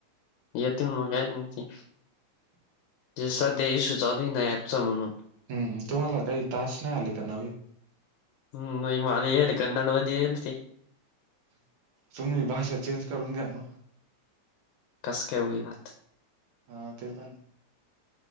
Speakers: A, on the left; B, on the right.
A: येतील मग काय ते ते सध्या इश्यू चालू आहे ना ऍपचा म्हणून.
B: हम्म तुम्हाला काही टास्क नाही आले का नवे.
A: हम्म माझ हेल कनड मध्ये हलती.
B: तुम्ही भाषा चेंज करून घ्या ना.
A: कस काय होईल आत.
B: हा ते पण